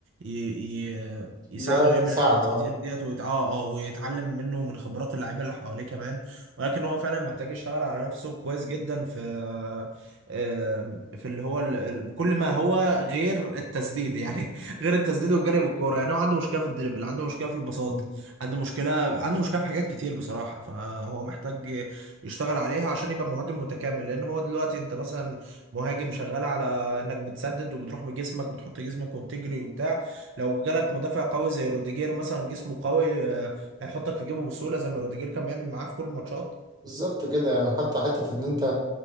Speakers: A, on the right (about 60°); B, on the right (about 20°).
A: ي... ي... يساعده
B: يا يساعده
A: يعمل حاجات كتير ديت ويت... اه اه ويتعلم منه من خبرات اللعيبه اللي حواليه كمان ولكن هو فعلا محتاج يشتغل على نفسه كويس جدا في آه، في اللي هو ال... ال- كل ما هو غير التسديد يعني <laughs> غير التسديد والجري بالكوره يعني هو عنده مشكله في الدريبل عنده مشكله في البساط
B: اه
A: عنده مشكله عنده مشكله في حاجات كتير بصراحه فهو محتاج يشتغل عليها عشان يبقى مهاجم متكامل لان هو دلوقتي انت مثلا مهاجم شغال على انك بتسدد وبتروح بجسمك بتحط جسمك وبتجري وبتاع لو جالك مدافع قوي زي روديجير مثلا جسمه قوي آه، هيحطك في جيبه بسهوله زي ما روديجير كان بيعمل معاه في كل الماتشات
B: بالظبط كده يعني حتى حتة إن أنت